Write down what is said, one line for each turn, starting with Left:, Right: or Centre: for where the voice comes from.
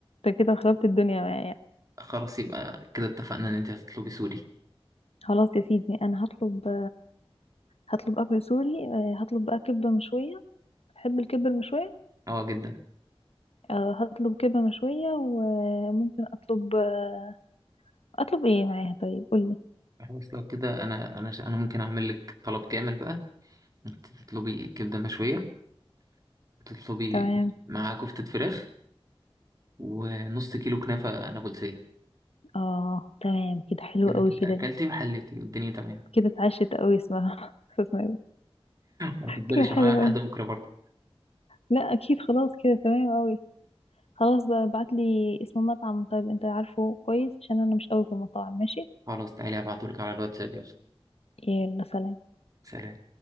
Left: انت كده خربت الدنيا معايا
Right: خلاص يبقى كده اتفقنا ان انت هتطلبي سوري
Left: خلاص يا سيدي انا هطلب هطلب اكل سوري آه، هطلب بقى كبة مشوية بتحب الكبة المشوية
Right: اه جدا
Left: آه، هطلب كبة مشوية وممكن اطلب آه، اطلب ايه معاها طيب قولي
Right: خلاص لو كده انا انا ش- انا ممكن اعمل لك طلب كامل بقى انت تطلبي كبدة مشوية وتطلبي
Left: تمام
Right: مع كفتة فراخ ونص كيلو كنافة نابلسية
Left: اه تمام كده حلو
Right: كده
Left: قوي
Right: تبقى
Left: كده
Right: اكلتي وحليتي والدنيا تمام
Left: كده اتعشت قوي اسمها <laughs> اسمها إيه؟
Right: ما تفضليش
Left: كده حلو
Right: معانا لحد
Left: قوي
Right: بكرة برضه
Left: لا اكيد خلاص كده تمام قوي خلاص بقى ابعتلي اسم المطعم طيب انت عارفه كويس عشان انا مش قوي في المطاعم ماشي
Right: خلاص تعالي هبعتهولك على الواتساب يلا
Left: يلا سلام
Right: سلام